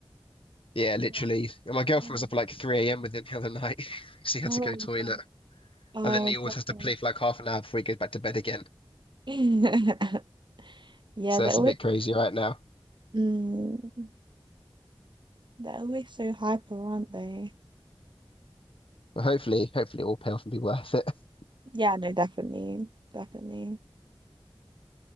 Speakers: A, on the left; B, on the right.
A: Yeah, literally.
B: Yeah.
A: And my
B: Yeah.
A: girlfriend was up at like 3 a.m. with him the other night <laughs> because he had
B: Oh,
A: to go
B: my
A: toilet.
B: God. Oh,
A: And then he always
B: bless
A: has to
B: them.
A: play for like half an hour before he goes back to bed again.
B: <laughs> Yeah,
A: So
B: they're
A: that's
B: always
A: a bit crazy right now.
B: mm, they're always so hyper, aren't they?
A: But hopefully, hopefully it will pay off and be worth it. <laughs>
B: Yeah, no, definitely. Definitely.